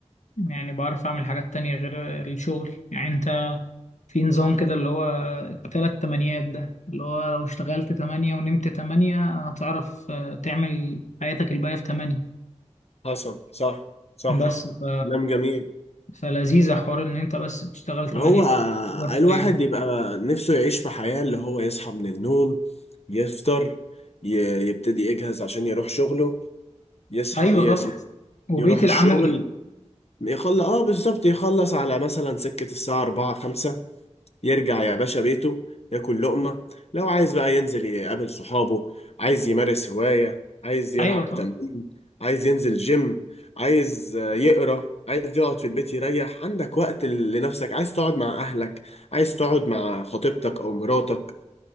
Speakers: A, on the left; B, on the left.
A: يعني بعرف اعمل حاجات تانية غير الشغل يعني انت في نظام كده اللي هو التلات تمانيات ده اللي هو لو اشتغلت تمانية ونمت تمانية هتعرف آه، تعمل حياتك الباقية في تمانية
B: حصل صح صح
A: بس ف...
B: كلام جميل
A: فلذيذة حوار إن أنت بس بتشتغل تمانية
B: هو
A: أوفر
B: الواحد
A: تايم
B: يبقى نفسه يعيش في حياة اللي هو يصحى من النوم يفطر ي... يبتدي يجهز عشان يروح شغله يصحى
A: أيوة
B: يس...
A: طبعا وبيت
B: يروح الشغل
A: العمل
B: يخلص اه بالظبط يخلص على مثلا سكة الساعة 4 5 يرجع يا باشا بيته ياكل لقمة لو عايز بقى ينزل يقابل صحابه عايز يمارس هواية عايز يلعب
A: أيوة طبعا
B: تمرين عايز ينزل جيم عايز آه، يقرأ عايز يقعد في البيت يريح عندك وقت ل- لنفسك عايز تقعد مع أهلك عايز تقعد مع خطيبتك أو مراتك